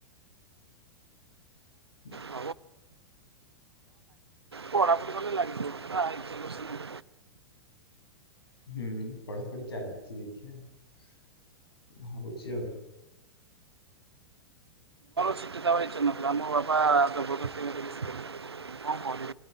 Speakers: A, on the left; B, on the right.
A: <inaudible>
B: <unintelligible> ପଢ଼ାପଢ଼ି କଲେ ଲାଗିଯିବ <unintelligible>
A: ହୁଁ ପଢାପଢି ଚାଲିଛି ଦେଖିବା ହଉଚି ଆଉ।
B: ସିଟି ଦବାକୁ ଇଚ୍ଛା ନଥିଲା ମୋ ବାପା ଜବରଦସ୍ତି <unintelligible> କହୁ <unintelligible>